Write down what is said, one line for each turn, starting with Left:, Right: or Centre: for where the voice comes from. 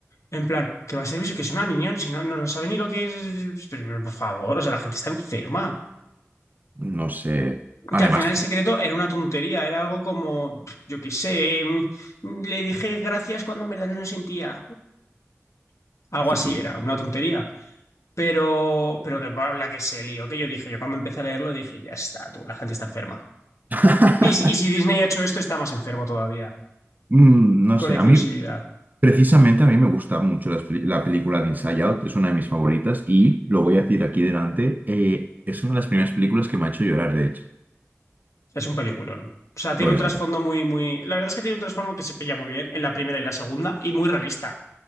Left: En plan, que va a ser eso, que es una niña, si no, no, no sabe ni lo que es. pero, pero, por favor, o sea, la gente está enferma.
Right: No sé. Además,
Left: Que al final
Right: tengo-
Left: el secreto era una tontería, era algo como, yo qué sé, mm, le dije gracias cuando en verdad no lo sentía. Algo así
Right: pues,
Left: era, una tontería. Pero, pero que va, la que se lió, que yo dije, yo cuando empecé a leerlo dije, ya está, tú, la gente está enferma.
Right: <laughs>
Left: Y, si- y si Disney ha hecho esto, está más enfermo todavía,
Right: Mm, no
Left: con
Right: sé,
Left: la inclusividad.
Right: a mí Precisamente a mí me gusta mucho las peli- la, película de Inside Out, es una de mis favoritas y lo voy a decir aquí delante, eh, es una de las primeras películas que me ha hecho llorar, de hecho.
Left: Es un peliculón. O sea, tiene
Right: Lo es.
Left: un trasfondo
Right: lo es.
Left: muy, muy. La verdad es que tiene un trasfondo que se pilla muy bien en la primera y la segunda, y muy realista.